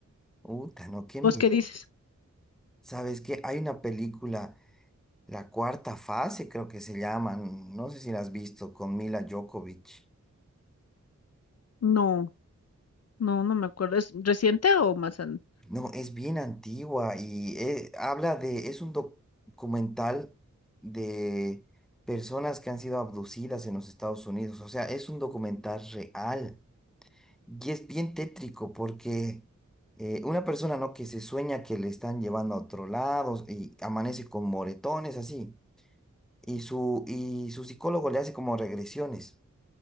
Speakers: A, in the centre; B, on the left.
A: Uta, no, qué miedo.
B: ¿Vos qué dices?
A: ¿Sabes qué? Hay una película. La cuarta fase creo que se llaman, no sé si la has visto, con Mila Djokovic.
B: No, no, no me acuerdo. ¿Es reciente o más an-
A: No, es bien antigua y eh, habla de, es un documental de personas que han sido abducidas en los Estados Unidos, o sea, es un documental real y es bien tétrico porque eh, una persona, ¿no? que se sueña que le están llevando a otro lado y amanece con moretones así y su, y su psicólogo le hace como regresiones.